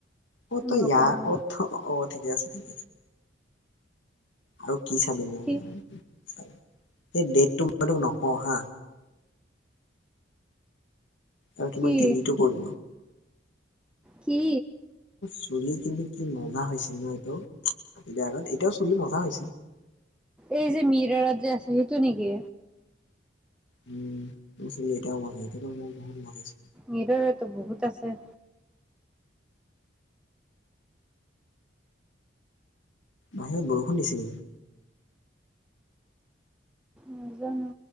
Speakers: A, on the left; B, in the centre.
A: অ' ত
B: নকওঁ
A: ইয়াৰ
B: মই
A: <unintelligible> ঠিকে আছে আৰু কি চাবিনো?
B: কি
A: সেই ডেটটো মই তোক নকওঁ হা! আৰু তোমাৰ
B: কি
A: দিল্লীতো কৰিলো।
B: কি?
A: চুলি কিন্তু কি মজা হৈছিল ন এতিয়াও? এতিয়া আগত এতিয়াও চুলি মজা হৈছে।
B: এই যে মিৰাৰত যে আছে, সেইটো নেকি?
A: উম <unintelligible>
B: নিদৰেতো বহুত আছে
A: বাহিৰত বৰষুণ দিছে নেকি?
B: নাজানো।